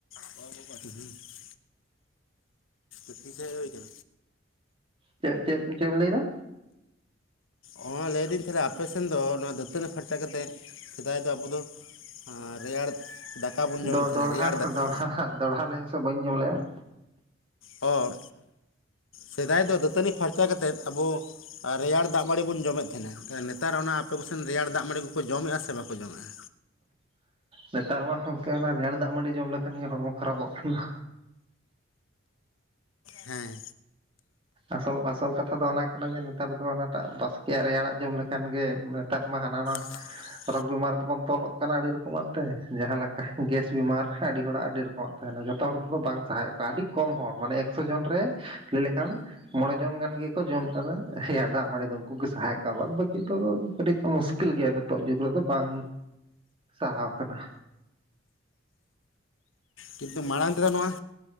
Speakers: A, on the left; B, on the right.
A: <inaudible> ᱪᱮ ᱦᱩᱭᱱᱟ?
B: ᱪᱮᱜ ᱪᱮᱜ ᱪᱮᱫ ᱮᱢ ᱞᱟᱹᱭᱫᱟ?
A: ᱦᱚᱸ ᱞᱟᱹᱭᱫᱟᱹᱧ ᱛᱟᱦᱞᱮ ᱟᱯᱮ ᱥᱮᱱ ᱫᱚ ᱱᱚᱣᱟ ᱫᱟᱹᱛᱟᱹᱱᱤ ᱯᱷᱟᱨᱪᱟ ᱠᱟᱛᱮᱫ ᱥᱮᱫᱟᱭ ᱫᱚ ᱟᱵᱩ ᱫᱚ ᱟᱸ ᱨᱮᱭᱟᱲ ᱫᱟᱠᱟ ᱵᱚᱱ ᱡᱚᱢᱮᱫ
B: ᱫᱚ-ᱫᱚᱲᱦᱟ-ᱫᱚᱲᱦᱟ-ᱫᱚᱲᱦᱟ
A: ᱛᱟᱦᱮᱱᱟ ᱨᱮᱭᱟᱲ ᱫᱟᱠᱟ
B: ᱞᱟᱹᱭ ᱢᱮᱥᱮ ᱵᱟᱹᱧ ᱟᱧᱡᱚᱢ ᱞᱮᱜᱼᱟ?
A: ᱚᱲ ᱥᱮᱫᱟᱭ ᱫᱚ ᱫᱟᱹᱛᱟᱹᱱᱤ ᱯᱷᱟᱨᱪᱟ ᱠᱟᱛᱮᱫ ᱟᱵᱚ ᱨᱮᱭᱟᱲ ᱫᱟᱜ ᱢᱟᱹᱲᱤ ᱵᱚᱱ ᱡᱚᱢᱮᱫ ᱛᱟᱦᱱᱟ ᱱᱮᱛᱟᱨ ᱚᱱᱟ ᱟᱯᱮ ᱠᱚᱥᱮᱱ ᱨᱮᱭᱟᱲ ᱫᱟᱜ ᱢᱟᱹᱲᱤ ᱠᱚᱠᱚ ᱡᱚᱢᱮᱜᱼᱟ ᱠᱚ ᱥᱮ ᱵᱟᱠᱚ ᱡᱚᱢᱮᱜᱼᱟ?
B: ᱱᱮᱛᱟᱨ ᱢᱟ ᱜᱚᱝᱠᱮ ᱚᱱᱟ ᱨᱮᱭᱟᱲ ᱫᱟᱜᱢᱟᱹᱲᱤ ᱡᱚᱢ ᱞᱮᱠᱷᱟᱱ ᱜᱮ ᱦᱚᱲᱢᱚ ᱠᱷᱟᱨᱟᱯᱚᱜ ᱠᱟᱱ ᱫᱚ᱾
A: ᱦᱮᱸ
B: ᱟᱥᱚᱞ ᱟᱥᱚᱞ ᱠᱟᱛᱷᱟ ᱫᱚ ᱚᱱᱟ ᱠᱟᱱᱟ ᱡᱮ ᱱᱮᱛᱟᱨ ᱫᱚ ᱚᱱᱟᱴᱟᱜ ᱵᱟᱥᱠᱮᱭᱟᱜ ᱨᱮᱭᱟᱲᱟᱜ ᱡᱚᱢ ᱞᱮᱠᱷᱟᱱ ᱜᱮ ᱴᱟᱜ ᱢᱟ ᱦᱟᱱᱟ ᱱᱟᱣᱟ
A: <unintelligible>
B: ᱨᱳᱜᱽ ᱵᱤᱢᱟᱨ ᱛᱮᱵᱚᱱ ᱛᱚᱞᱚᱜ ᱠᱟᱱᱟ ᱟᱹᱰᱤ ᱨᱚᱠᱚᱢᱟᱜ ᱛᱮ ᱡᱟᱦᱟᱸ ᱞᱮᱠᱟ ᱜᱮᱥ ᱵᱮᱢᱟᱨ ᱟᱹᱰᱤ ᱦᱚᱲᱟᱜ ᱟᱹᱰᱤ ᱨᱚᱠᱚᱢᱟᱜ᱾ ᱛᱟᱦᱮᱱᱟ ᱡᱚᱛᱚ ᱦᱚᱲ ᱛᱚ ᱵᱟᱝ ᱥᱟᱦᱟᱣᱮᱜ ᱠᱚᱣᱟ ᱟᱹᱰᱤ ᱠᱚᱢ ᱦᱚᱲ ᱢᱟᱱᱮ ᱮᱠᱥᱚ ᱡᱚᱱ ᱨᱮ ᱞᱟᱹᱭ ᱞᱮᱠᱷᱟᱱ ᱢᱚᱬᱮ ᱡᱚᱱ ᱜᱟᱱ ᱜᱮᱠᱚ ᱡᱚᱢ ᱟᱫᱟ ᱦᱮᱭᱟ ᱫᱟᱜ ᱢᱟᱹᱲᱤ ᱫᱚ ᱩᱝᱠᱩ ᱜᱮ ᱥᱟᱦᱟᱣᱮᱜ ᱠᱚᱣᱟ ᱵᱟᱫ ᱵᱟᱹᱠᱤ ᱫᱚ ᱠᱟᱹᱴᱤᱡ ᱠᱚ ᱢᱩᱥᱠᱤᱞ ᱜᱮᱭᱟ᱾ ᱛᱚᱜ ᱡᱩᱜᱽ ᱨᱮᱫᱚ ᱵᱟᱝ ᱥᱟᱦᱟᱣ ᱠᱟᱱᱟ᱾
A: ᱠᱤᱱᱛᱩ ᱢᱟᱲᱟᱝ ᱛᱮᱫᱚ ᱱᱚᱣᱟ